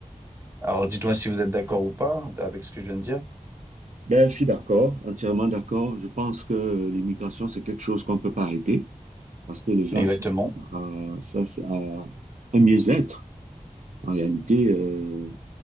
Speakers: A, on the right; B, on the right.
A: Alors dites-moi si vous êtes d'accord ou pas avec ce que je viens de dire.
B: Ben, je suis d'accord, entièrement d'accord. Je pense que l'immigration, c'est quelque chose qu'on ne peut pas arrêter parce que les gens
A: Exactement,
B: cherchent à, cherchent à un mieux-être. En réalité, euh,